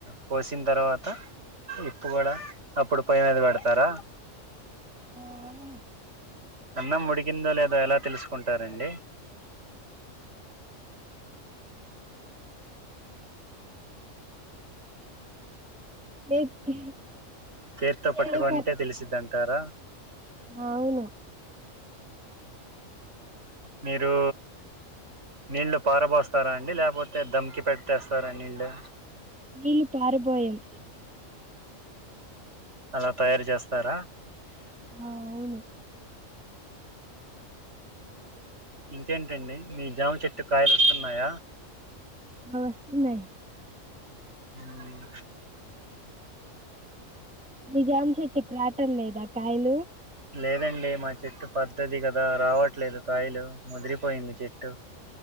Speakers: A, on the right; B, in the centre.
A: పోసిం తర్వాత? ఇప్పు కూడ అప్పుడు పొయ్యి మీద పెడతార
B: ఆ అవును
A: అన్నం ఉడ్కిందో లేదో ఎలా తెలుసుకుంటారండి
B: <unintelligible>
A: చేత్తో పట్టుకుంటే
B: చేపట్
A: తెలిసిద్ది అంటార
B: అవును
A: మీరూ నీళ్ళలు పారబోస్తార అండి లేకపోతే దమ్కి పెడితేస్తారా నీళ్ళు
B: నీళ్లు పరపోయం
A: అల తయారు చేస్తార
B: ఆ అవును
A: ఇంకేంటండి మీ జామ చెట్టుకు కాయలు వస్తున్నాయ
B: అ వస్తున్నయ్
A: హ్మ్
B: మి జామ చెట్టు కాయట్లేద లేదా కాయలు
A: లేదండి మా చెట్టు పెద్ధది కదా రావట్లేదు కాయలు ముదిరిపోయింది చెట్టు